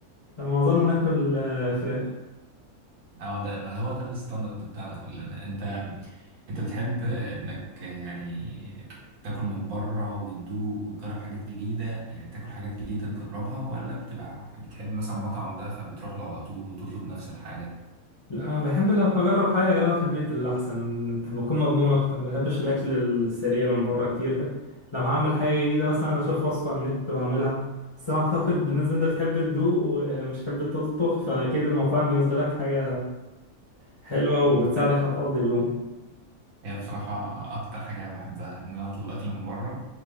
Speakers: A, on the left; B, on the right.
A: فمعظمنا ناكل آه، فراخ
B: اه ده ما هو ده الستاندرد بتاعنا كلنا انت انت بتحب انك يعني تاكل من بره وتدوق وتجرب حاجات جديدة يعني تاكل حاجات جديدة تجربها ولا بتبقى بتحب مثلا مطعم ده فبتروح له على طول وتطلب نفس الحاجة
A: لا انا بحب لو هجرب حاجه اجربها في البيت اللي احسن طب بكون مضمون اكتر ما بحبش الاكل السريع من بره كتير لو هعمل حاجه جديده مثلا اشوف وصفه على النت واعملها بس انا اعتقد بالنسبه انت بتحب تدوق ومش تحب تطبخ فاكيد المطاعم بالنسبه لك حاجه حلوه وبتساعدك هتقضي اليوم
B: هي بصراحة أكتر حاجة بحبها إن أنا أطلب أكل من بره